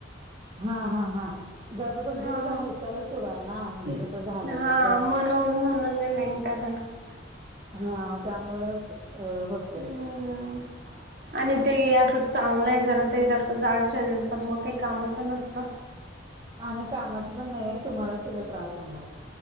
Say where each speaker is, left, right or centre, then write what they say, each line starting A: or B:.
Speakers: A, on the right; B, on the right.
A: हा. हा. हा. जरा आता
B: हा
A: तुमची कशी हालचालच सुरू आहे ना, म्हणजे
B: हम्म
A: जसं झालंय
B: हा
A: तस.
B: म्हणून म्हणून <unintelligible>
A: हा त्यामुळंच अ होतंय
B: हम्म
A: ते.
B: आणि ते असं चांगलं आहे जरा ते जास्त जाड शरीर पण मग काही कामाचं नसतं.
A: आणि कामाचं पण नाही तुम्हालाच त्याचा त्रास होणार,